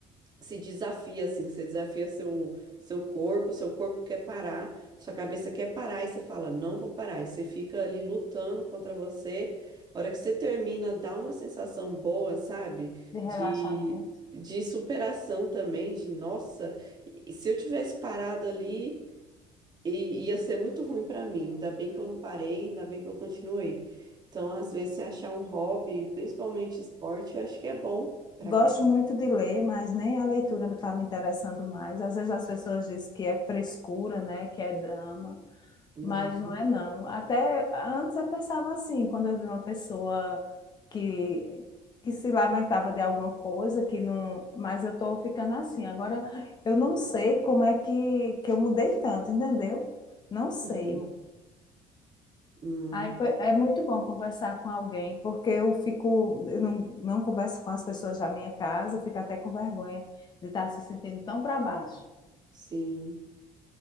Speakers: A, on the right; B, on the left.
A: se desafia, assim, você desafia seu, seu corpo, seu corpo quer parar, sua cabeça quer parar, e você fala, não vou parar. E você fica ali lutando contra você. A hora que você termina, dá uma sensação boa, sabe?
B: de relaxamento.
A: De, de superação também, de nossa, e se eu tivesse parado ali. E ia ser muito ruim pra mim. Ainda bem que eu não parei, ainda bem que eu continuei. Então, às vezes, você achar um hobby, principalmente esporte, eu acho que é bom pra
B: Gosto
A: cá.
B: muito de ler, mas nem a leitura está me interessando mais. Às vezes as pessoas dizem que é frescura, né, que é drama,
A: Não.
B: mas não é não. Até antes eu pensava assim, quando eu vi uma pessoa que que se lamentava de alguma coisa, que não, mas eu estou ficando assim. Agora eu não sei como é que que eu mudei tanto, entendeu? Não sei,
A: Uhum. Hum,
B: Ai, foi- é muito bom conversar com alguém, porque eu fico, eu não, não converso com as pessoas da minha casa, eu fico até com vergonha de estar se sentindo tão para baixo.
A: sim.